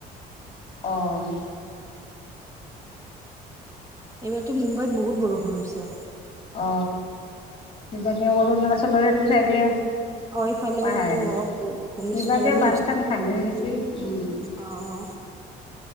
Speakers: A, on the left (about 35°); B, on the right (about 20°).
A: অ
B: এইবাৰতো মুম্বাইত বহুত বৰষুণ হৈছে।
A: অ কিবাকে অৰুণাচলৰ সেইটো চাইডে
B: অ এইফালেওতো
A: পাহাৰৰ
B: অ
A: কিবাকে
B: ভূমিস্খলনে
A: বান
B: হৈছে।
A: চান ভাঙি গৈচি উম।
B: অ অ।